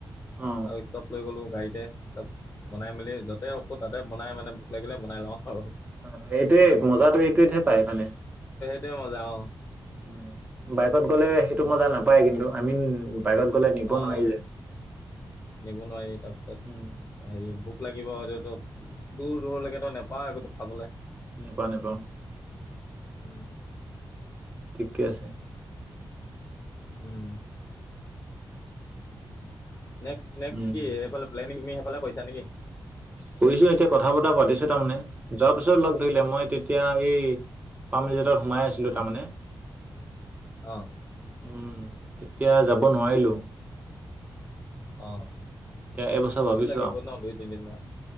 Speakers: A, on the right; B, on the left.
A: অ,
B: আৰু ষ্টপ লৈ গলো গাড়ীতে চব বনাই মেলি য'তে ৰখোঁ তাতে বনাই মানে ভোক লাগিলে বনাই লওঁ আৰু
A: হয় হয় এইটোৱে মজটো এইটোৱেহে পায় মানে
B: এইটোৱে মজা অ
A: উম বাইকত গ'লে সেইটো মজা নাপায় কিন্তু আমিন বাইকত গলে নিব
B: অঁ
A: নোৱাৰি যে
B: নিব নোৱাৰি তাৰপিছত
A: উম,
B: হেৰি ভোক লাগ লাগিব তোতোক দূৰ দূৰলৈকেতো নাপাৱে একোতো খাবলে
A: নেপাওঁ নেপাওঁ
B: উম
A: ঠিকে আছে
B: উম নেক্সট নেক্সট
A: উম,
B: কি এইফালে প্লেনি তুমি সেইফালে কৈছা নেকি
A: কৰিছোঁ এতিয়া কথা বতৰা পাতিছোঁ, তাৰমানে যোৱাৰ পিছত লগ ধৰিলে মই তেতিয়া এই <unintelligible> এটাত সোমাই আছিলোঁ
B: উম,
A: তাৰমানে।
B: অঁ
A: উম, তেতিয়া যাব নোৱাৰিলোঁ।
B: অ',
A: এতিয়া এইবছৰ
B: <unintelligible>
A: ভাবিছো
B: লাগিব
A: আৰু
B: ন? দুই তিনদিনৰ?